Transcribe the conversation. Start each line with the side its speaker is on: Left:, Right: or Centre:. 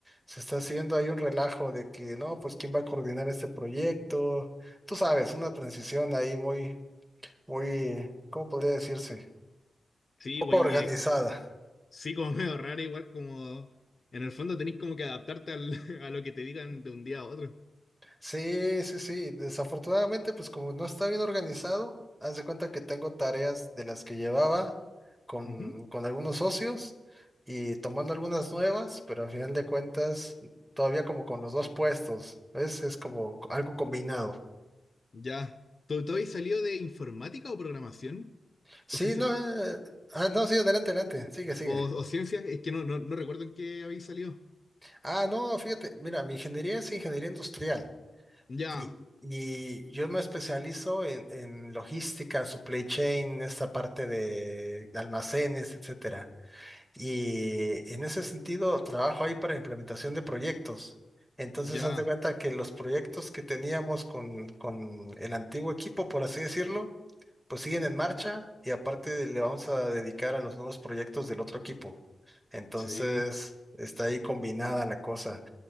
Centre: se está haciendo ahí un relajo de que, no, pues quién va a coordinar este proyecto. Tú sabes, una transición ahí muy, muy, ¿cómo podría decirse?
Left: Sí,
Centre: Poco
Left: güey,
Centre: organizada.
Left: y, eh, sí, como <laughs> medio raro, igual como en el fondo tenés como que adaptarte al- <laughs> a lo que te digan de un día a otro.
Centre: Sí, sí, sí. Desafortunadamente, pues como no está bien organizado, haz de cuenta que tengo tareas de las que llevaba con,
Left: Ujú,
Centre: con algunos socios y tomando algunas nuevas, pero al final de cuentas, todavía como con los dos puestos, ¿ves? Es como algo combinado.
Left: Ya. ¿Tú, tú habías salido de informática o programación?
Centre: Sí,
Left: ¿O ciencias?
Centre: no, eh, ah, no, sí, adelante, adelante, sigue, sigue.
Left: O, o ciencias, es que no, no, no recuerdo en qué habéis salido.
Centre: Ah, no, fíjate, mira, mi ingeniería es ingeniería industrial.
Left: Ya,
Centre: Y, y yo me especializo en, en logística, supply chain, esta parte de almacenes, etcétera. Y en ese sentido, trabajo ahí para implementación de proyectos. Entonces,
Left: Ya,
Centre: haz de cuenta que los proyectos que teníamos con, con el antiguo equipo, por así decirlo, pues siguen en marcha y aparte le vamos a dedicar a los nuevos proyectos del otro equipo. Entonces,
Left: sí.
Centre: está ahí combinada la cosa.